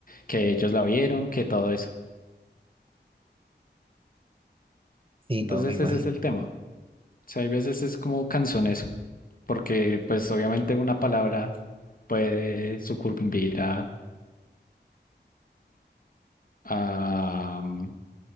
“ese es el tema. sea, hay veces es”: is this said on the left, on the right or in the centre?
Left